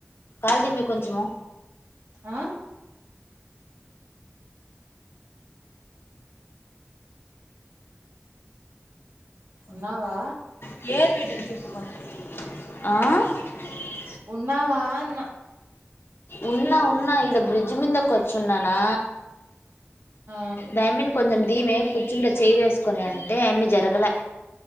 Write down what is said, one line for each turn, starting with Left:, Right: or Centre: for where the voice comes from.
Left: కాలు తిమ్మే కొంచెము
Right: ఆ ఉన్నావా
Left: ఆ
Right: ఉన్నావాన్నా
Left: ఉన్నా ఉన్నా ఈడ బ్రిడ్జ్ మీదక్ వచ్చున్నానా
Right: ఆ
Left: ధైమన్ కొంచెం దీయ్ మి కూచ్చుంట చేయ్ వేసుకొని అంటే ఆమ్మి జరగలే